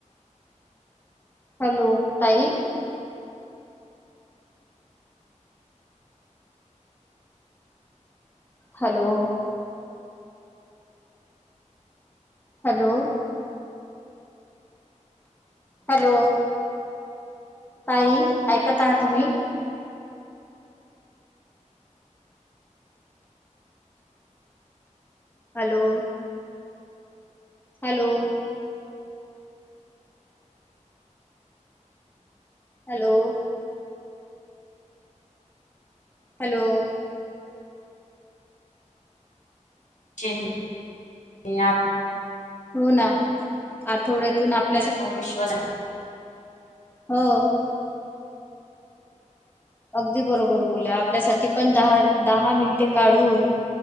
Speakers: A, on the left; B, on the left.
A: हॅलो ताई. हॅलो. हॅलो हॅलो ताई ऐकत आहहा तुम्ही हॅलो हॅलो हॅलो हॅलो
B: <inaudible>
A: हो ना आठवड्यातून आप
B: मग विश्वास
A: हो अगदी बरोबर बोल आपल्यासाठी पण दहा दहा मिनिटे काढून